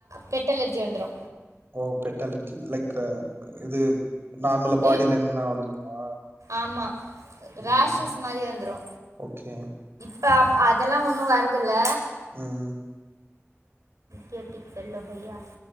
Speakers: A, on the right; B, on the right.
A: பெட்டு அலர்ஜி வந்துரு
B: ஓ பெட்டலர்ஜி லைக்கு இது நார்மல பாடியில
A: ஏ
B: இருந்து வந்துடுமா
A: ஆமா
B: உம்
A: ரேஷஸ் மாரி வந்துரு
B: ஓகே
A: இப்ப அதெல்லா ஒன்னு வரதில்ல
B: உம்
A: ட்டிக்கு செல்லோ பையா